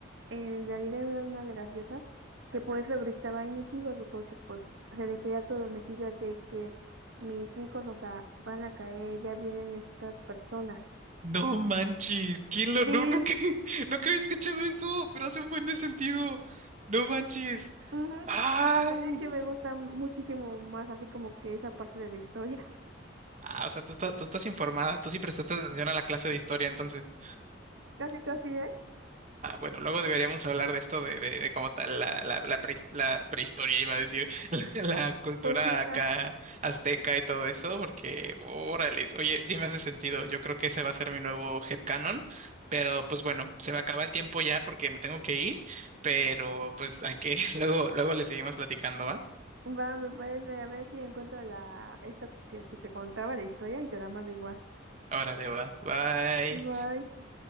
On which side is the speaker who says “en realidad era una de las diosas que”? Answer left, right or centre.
Right